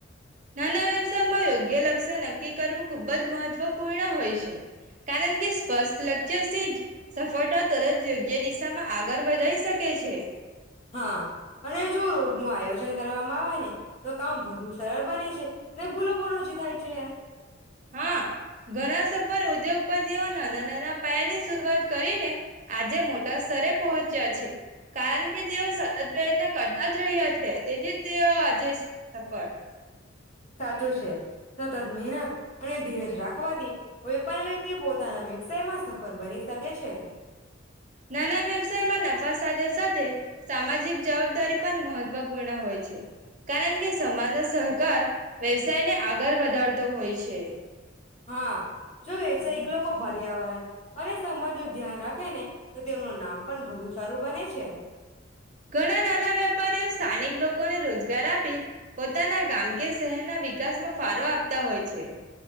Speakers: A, on the right (about 40°); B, on the left (about 30°).
A: નાના વ્યવસાયમાં યોગ્ય લક્ષ્ય નક્કી કરવું ખૂબ જ મહત્વપૂર્ણ હોય છે. કારણ કે સ્પષ્ટ લક્ષચર છે, જ સફળતા તરત યોગ્ય દિશામાં આગળ વધી શકે છે.
B: હા, અને જો રોજ ન આયોજન જન કરવામાં આવે ને તો કામ વધુ સરળ બને છે, ભૂલો પણ ઓછી થાય જયા
A: હા, ઘણા સફર ઉદ્યોગપ તીઓ નાના ના પાયાથી શરૂઆત કરીને આજે મોટા સ્તરે પહોચ્યા છે, કારણ કે તેઓ સતત પ્રયત્ન કરતા જ રહ્યા છે, તેથી તેઓ આજે સફળ
B: સાચું છે, સતત મહેનત અને ધીરેજ રાખો વા થી કોઈ પણ વ્યક્તિ પોતાના વ્યવસાયમાં સફળ બની શકે છે,
A: નાના વ્યવસાયમાં નફા સાથે સાથે સામાજિક જવાબદારી પણ મહત્વપૂર્ણ હોય છે, કારણ કે સમાન સહકાર વેવ ષાને આગળ વધારતો હોય છે.
B: હા જો એકલો ખો પર્યાવરણ અને સમજ ધ્યાન રાખ હેને તો તેમનું નામ પણ વધુ સારું બને છે.
A: ઘણા નાના વેપારીઓ સ્થાનિક લોકોને રોજગાર આપી પોતાના ગામ કે શહેરના વિકાસમાં ફાળો આપતા હોય છે.